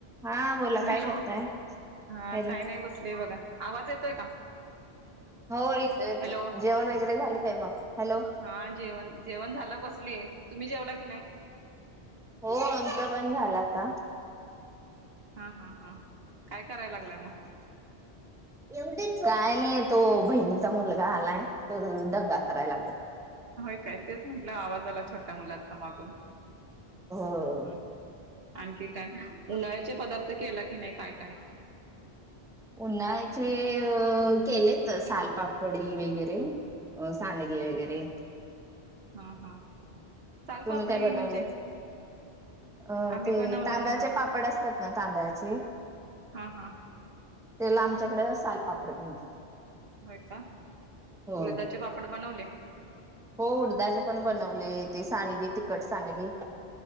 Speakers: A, in the centre; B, on the right (about 65°).
A: हा बोला काय
B: हॅलो!
A: करताय
B: ह
A: हॅलो
B: काय नाही बसलेय बघा. आवाज येतोय का?
A: हो इथ येत
B: हॅलो
A: जेवण वगैरे झाले काय मग. हॅलो!
B: हा जेवण जेवण झालं बसली तुम्ही जेवला की नाही?
A: हो आमचं पण झाला आता.
B: हा हा हा काय करायला लागलाय मग
A: एवढेच काय? तो बहिणीचा मुलगा आलाय तो दंगा करायला लागला.
B: होय काय तेच म्हटलं आवाज आला छोट्या मुलाचा मागून.
A: हो
B: हम्म हम् आणखी काय उन्हाळ्यात. पदार्थ केला की नाही काय, काय?
A: उन्हाळ्याचे केलेत सालपापडी वगैरे... अ सांडगे वगैरे
B: हा हा चाल
A: तुम्ही
B: पापडी
A: काय बनवले
B: म्हणजे?
A: अ
B: आम्ही
A: ते
B: बनवलं
A: तांदळाचे
B: ना
A: पापड असतात ना तांदळाचे.
B: हा, हा..
A: त्याला आमच्याकडे सालपापड म्हणतात.
B: होय का
A: हो
B: उळदाचे पापड बनवले.
A: हो उडदाचेे पण बनवले ते सांडगे तिखट सांडगे.